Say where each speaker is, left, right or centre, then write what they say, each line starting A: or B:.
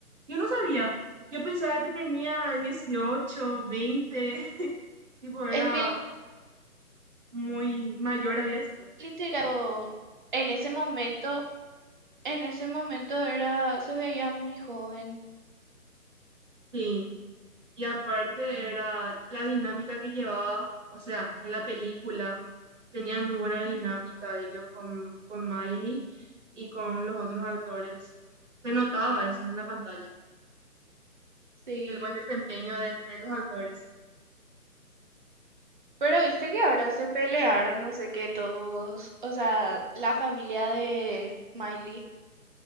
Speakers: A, on the right; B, on the right.
A: Yo no sabía. Yo pensaba que tenía 18, 20, <laughs> tipo era
B: Es que
A: muy mayor había sido.
B: literal, tipo, en ese momento... En ese momento era, se veía muy joven.
A: Sí, y aparte era la dinámica que llevaba, o sea, en la película tenían muy buena dinámica
B: Ujú.
A: ellos con, con Miley y con los otros actores. Se notaba eso en la pantalla,
B: Sí.
A: el buen desempeño de, de los actores.
B: Pero viste que ahora se pelearon, no sé qué, todos, o sea, la familia de Miley.